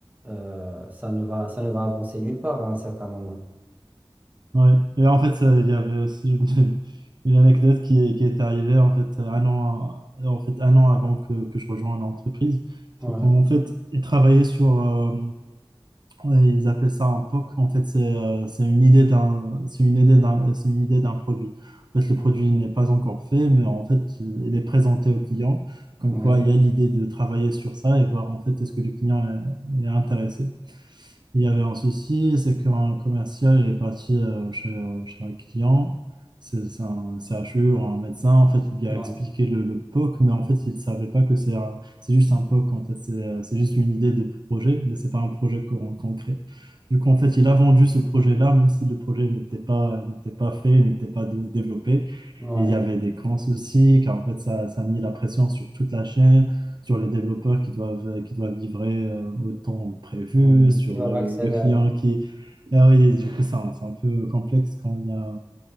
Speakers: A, on the right; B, on the right.
A: euh, ça ne va, ça ne va avancer nulle part à un certain moment.
B: Ouais. Et en fait, ça- il y avait aussi une, <laughs> une anecdote qui, est- qui est arrivée en fait un an, en fait, un an avant que, que je rejoigne l'entreprise. C'est
A: Ouais,
B: qu'en fait, ils travaillaient sur, euh, ouais, ils appelaient ça un POC. En fait, c'est euh, c'est une idée d'un, c'est une idée d'un, c'est une idée d'un produit. En fait, le produit n'est pas encore fait, mais en fait, il il est présenté au client. Comme
A: ouais,
B: quoi, il y a l'idée de travailler sur ça et voir en fait est-ce que le client est, est intéressé. Il y avait un souci, c'est qu'un commercial, il est parti euh, chez, euh, chez un client, c'est c'est un CHU ou un médecin, en fait, il lui
A: ouais,
B: a expliqué le, le POC, mais en fait, il ne savait pas que c'est un- c'est juste un POC, en fait, c'est euh, c'est juste une idée de projet, mais c'est pas un projet co- concret. Du coup, en fait, il a vendu ce projet-là, même si le projet n'était pas, n'était pas fait, n'était pas de- développé.
A: ouais.
B: Et il y avait des grands soucis, car en fait, ça, ça a mis la pression sur toute la chaîne sur les développeurs qui doivent, euh, qui doivent livrer euh, au temps prévu,
A: Mm,
B: sur
A: Qui doivent
B: le,
A: accélérer.
B: le client qui... Ah oui, du coup, ça, c'est un peu complexe quand il y a,